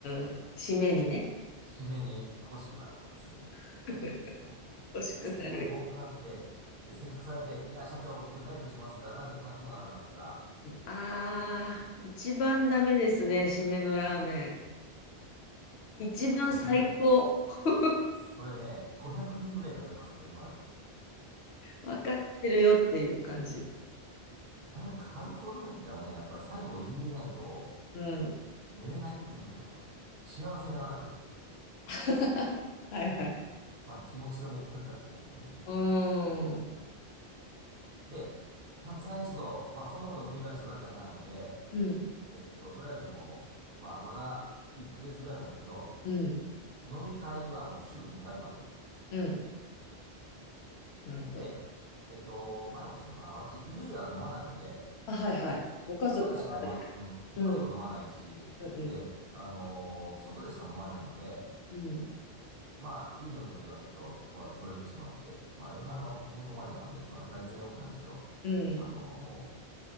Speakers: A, on the left (about 75°); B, on the right (about 60°).
A: ん、締めにね、
B: で、締めに欲しくなるんですね。
A: <laughs>
B: いやいかんのですけどね。
A: 欲しくなる。
B: 付き合いが多くなって、で、せっかくされて、いや、社長、僕ダイエットしてますからラーメン行きませんわ、なんて言ったら、
A: ああー、一番ダメですね、締めのラーメン。一番最高。
B: もうそれね、
A: <laughs>
B: それね、500人ぐらいが言われましたけど、今まで。
A: わかってるよっていう感じ。
B: なんかアルコール入ったらね、やっぱり最後言い入れないと、
A: うん。
B: 寝れないと言いましょうかですね。幸せにならないという。
A: <laughs> はいはい。
B: まあ気持ちの問題なのかもしれませんけど。
A: うーん。
B: で、さすがにちょっと、まあそんなことを繰り返しても埒が明かないんで、
A: うん、
B: えっと、とりあえずもう、まあ、まだ1ヶ月ぐらいなんですけど、
A: うん、
B: 飲み会はもう週2回まで。
A: うん。なるほど。
B: で、えっと、前お伝えしたかな私、家では飲まないので、
A: あ、はいはい。ご家族はやられるうん、
B: 外でしか飲まな、うん、家族飲まないし、
A: うん、
B: で、あのー外でしか飲まないので、
A: うん、
B: まあ、家におるときはちょっと、まあ、協力してもらって、まあ、嫁さん、あの、健康マニアなんで、そんな大全然 OK なんですけど、
A: うん、
B: あのーも